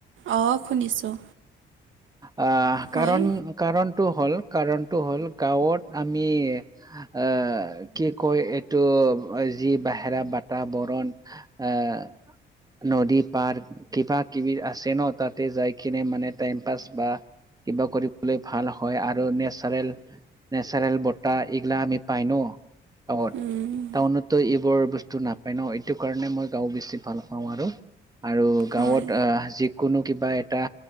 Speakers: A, on the right; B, on the right.
A: অঁ শুনিছোঁ।
B: আহ
A: হয়
B: কাৰণ কাৰণটো হ'ল কাৰণটো হ'ল গাঁৱত আমি আ-আ কি কয় এইটো যি বাহেৰা বাতাবৰণ আ-আ, ' নদী, পাৰক কিবা কিবি আছে ন তাতে যাই কিনে মানে টাইম পাচ বা কিবা কৰিবলৈ ভাল হয় আৰু নেচাৰেল নেচাৰেল বতাহ এইগিলা আমি পাই ন গাঁৱত।
A: উম,
B: টাউনতো এইবোৰ বস্তু না পায় ন এইটো কাৰণে মই গাওঁ বেছি ভাল পাওঁ। আৰু আৰু গাঁৱত
A: হয়
B: আ যি কোনো কিবা এটা